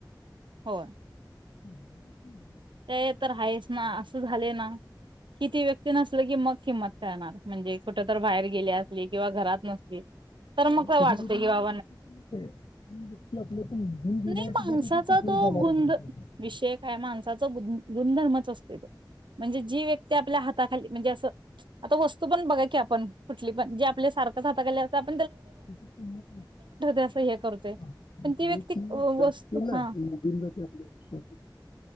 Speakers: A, on the right (about 85°); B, on the left (about 75°).
A: हो
B: हम् ह
A: ते तर आहेच ना असं झाले ना किती व्यक्ती नसल की मग किंमत म्हणजे कुठ बाहेर गे अस किंवा घरात नसली तर मग
B: आणि
A: का
B: कधी
A: वाटते
B: कधी
A: कि बा
B: हे पण होतंय, ती व्यक्ती आपल्यातून निघून
A: माणसाचा
B: गेल्यावर सुद्धा त्याची पकडी
A: तो
B: जाणार
A: गु
B: नाही त्याची
A: विषय का माण गुणधर्मच असते तो म्हणजे जी व्यक्ती आपल्या हाताखाली म्हणजे असं आता वस्तू पण बघा की आपण ुठली पण जे आपल्या सारखं <unintelligible>
B: त्या तुत
A: असं हे करते
B: आणि
A: पण ती व्यक्ती वस्तू
B: तुाकते ना
A: हा
B: नून आप